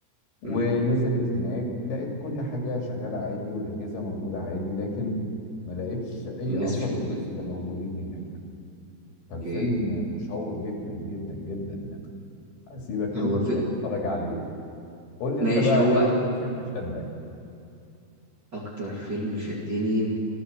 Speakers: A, on the left; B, on the right.
A: ونزلت
B: مم.
A: هناك لقت كل حاجة شغالة عادي والأجهزة موجودة عادي لكن ما لقتش أي
B: الناس
A: أثر
B: مش موجوده
A: للناس اللي موجودين هناك فالفيلم
B: اوكي
A: مشوق جدا جدا جدا أسيبك
B: هو
A: أنت
B: الف...
A: تبقى تتفرج عليه قول لي
B: ماشي
A: انت بقى
B: هو
A: ايه اكتر فيلم شدك
B: اكتر فيلم شدني